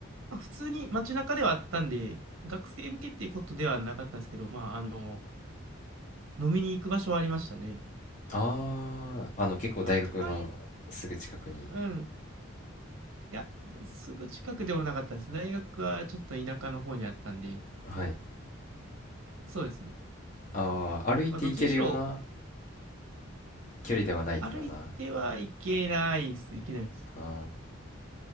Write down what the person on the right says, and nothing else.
まあ普通に街中ではあったんで、学生向けっていうことではなかったんですけど、まあ、あの、飲みに行く場所はありましたね。
まあ、とはいえ、うん。いや、すぐ近くでもなかったです。大学はちょっと田舎の方にあったんで、
そうですね。
まあ、どっちにしろ、
歩いてはいけないです。いけないです。